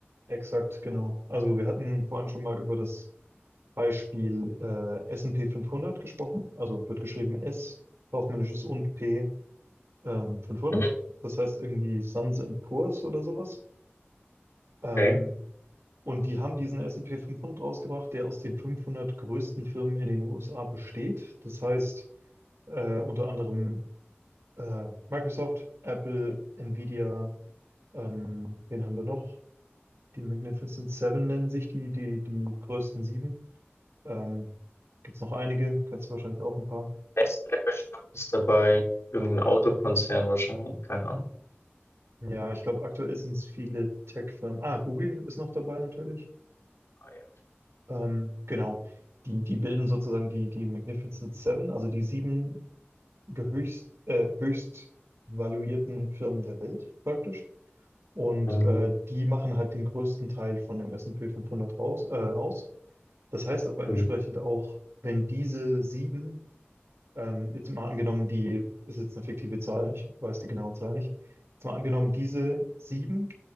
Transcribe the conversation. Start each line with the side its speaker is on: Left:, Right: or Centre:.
Right: Exakt, genau. Also wir hatten vorhin schon mal über das Beispiel äh, S&P fünfhundert gesprochen. Also wird geschrieben S, kaufmännisches und P ähm, 500.
Left: Mhm.
Right: Das heißt irgendwie Suns and Poors oder sowas. Ähm,
Left: Okay.
Right: Und die haben diesen S&P 500 rausgebracht, der aus den 500 größten Firmen in den USA besteht. Das heißt, äh, unter anderem äh, Microsoft, Apple, Nvidia, ähm, wen haben wir noch? Die Magnificent Seven nennen sich die, die, die größten sieben. Ähm, gibt es noch einige, kennst du wahrscheinlich auch ein paar.
Left: Nestle bestimmt ist dabei. Irgendein Autokonzern wahrscheinlich. Keine Ahnung.
Right: Ja, ich glaube, aktuell sind es viele Tech-Firmen. Ah, Google ist noch dabei natürlich.
Left: Ah, ja.
Right: Ähm, genau. Die, die bilden sozusagen die, die Magnificent Seven, also die sieben der höchst, äh, höchst valuierten Firmen der Welt praktisch. Und
Left: Ähm,
Right: äh, die machen halt den größten Teil von dem S&P 500 raus, äh, aus. Das heißt aber
Left: Mhm.
Right: entsprechend auch, wenn diese sieben, ähm, jetzt mal angenommen, die ist jetzt eine fiktive Zahl, ich weiß die genaue Zahl nicht, jetzt mal angenommen, diese sieben